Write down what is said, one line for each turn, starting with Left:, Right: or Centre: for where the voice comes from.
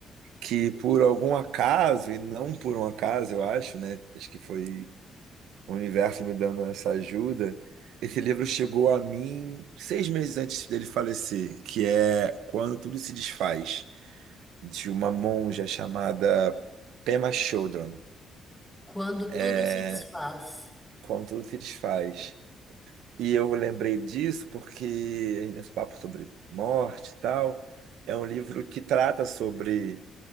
Right: que por algum acaso, e não por um acaso, eu acho, né? Acho que foi o universo me dando essa ajuda. Esse livro chegou a mim seis meses antes dele falecer, que é Quando Tudo Se Desfaz, de uma monja chamada Pema Chodron.
Centre: Quando
Right: É,
Centre: tudo se desfaz.
Right: Quando Tudo Se Desfaz. E eu lembrei disso porque esse papo sobre morte e tal, é um livro que trata sobre